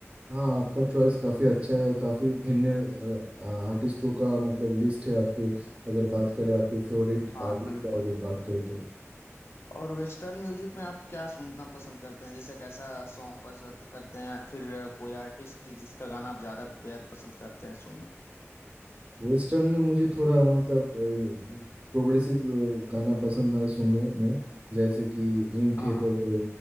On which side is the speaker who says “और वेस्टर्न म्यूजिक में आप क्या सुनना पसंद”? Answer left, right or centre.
Left